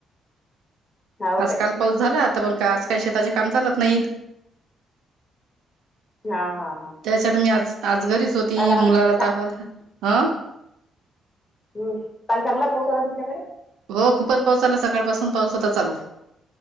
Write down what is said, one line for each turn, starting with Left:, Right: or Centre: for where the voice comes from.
Left: हाव
Right: आज
Left: काय
Right: काल पाऊस झाला तर मग का आज काही शेताचे काम चालत नाहीत.
Left: हा हा हा.
Right: त्याच्यात मी आज आज घरीच होती
Left: काल आ
Right: मुलाला
Left: चा
Right: तापाला आला हा.
Left: हम्म काल चांगला पाऊस आला तुमच्याकडे.
Right: हो खूपच पाऊस आला सकाळ पासून पाऊस होता चालू